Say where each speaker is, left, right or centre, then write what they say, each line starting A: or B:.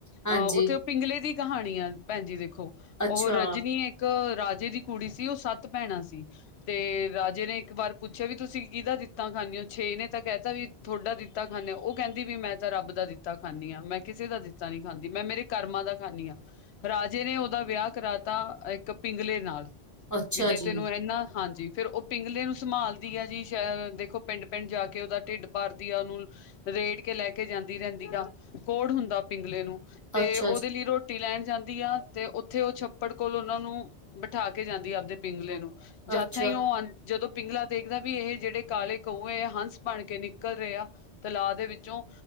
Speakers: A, on the left; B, on the left.
A: ਹਾਂਜੀ,
B: ਅਹ ਉੱਥੇ ਪਿੰਗਲੇ ਦੀ ਕਹਾਣੀ ਆ ਭੈਣਜੀ ਦੇਖੋ,
A: ਅੱਛਾ,
B: ਉਹ ਰਜਨੀ ਇੱਕ ਰਾਜੇ ਦੀ ਕੁੜੀ ਸੀ, ਉਹ ਸੱਤ ਭੈਣਾਂ ਸੀ, ਤੇ ਰਾਜੇ ਨੇ ਇੱਕ ਵਾਰ ਪੁੱਛਿਆ ਵੀ ਤੁਸੀਂ ਕਿਹਦਾ ਦਿੱਤਾ ਖਾਂਦੇ ਹੋ ਛੇ ਨੇ ਤਾਂ ਕਹਿਤਾ ਵੀ ਥੋਡਾ ਦਿੱਤਾ, ਖਾਂਦੇ ਉਹ ਕਹਿੰਦੀ ਵੀ ਮੈਂ ਤਾਂ ਰੱਬ ਦਾ ਦਿੱਤਾ ਤਾ ਖਾਂਦੀ ਹਾਂ ਮੈਂ ਕਿਸੇ ਦਾ ਦਿੱਤਾ ਨੀ ਖਾਂਦੀ, ਮੈਂ ਮੇਰੇ ਕਰਮਾਂ ਦਾ ਖਾਂਨੀ ਹਾਂ। ਰਾਜੇ ਨੇ ਉਹਦਾ ਵਿਆਹ ਕਰਾਤਾ ਇੱਕ ਪਿੰਗਲੇ ਨਾਲ
A: ਅੱਛਾ
B: ਵੀ ਜੇ
A: ਜੀ,
B: ਤੈਨੂੰ ਇਹਨਾ, ਹਾਂਜੀ। ਫੇਰ ਉਹ ਪਿੰਗਲੇ ਨੂੰ ਸੰਮਾਲਦੀ ਆ ਜੀ। ਚ-ਅ ਦੇਖੋ ਪਿੰਡ ਪਿੰਡ ਜਾ ਕੇ ਉਹਦਾ ਢਿੱਡ ਭਾਰਦੀ ਆ, ਉਹਨੂੰ ਰੇੜ ਕੇ ਲੈ ਕੇ ਜਾਂਦੀ ਰੈਂਦੀ ਆ, ਕੋਹੜ ਹੁੰਦਾ ਪਿੰਗਲੇ ਨੂੰ। ਤੇ
A: ਅੱਛਾ
B: ਉਹਦੇ
A: ਜੀ,
B: ਲਈ ਰੋਟ ਟੀ ਲੈਣ ਜਾਂਦੀ ਆ, ਤੇ ਉੱਥੇ ਉਹ ਛੱਪੜ ਕੋਲ ਉਹਨਾ ਨੂੰ ਬਿਠਾ ਕੇ ਜਾਂਦੀ ਆ ਆਪਦੇ ਪਿੰਗਲੇ ਨੂੰ। ਜਦ
A: ਅੱਛਾ।
B: ਥਾਂਈ ਉਹ ਆਂਦ, ਜਦੋਂ ਪਿੰਗਲਾ ਦੇਖਦਾ ਵੀ ਏਹੇ ਜਿਹੜੇ ਕਾਲੇ ਕਊਏ ਆ, ਹੰਸ ਬਣ ਕੇ ਨਿਕਲ ਰਹੇ ਆ, ਤਲਾਅ ਦੇ ਵਿੱਚੋਂ।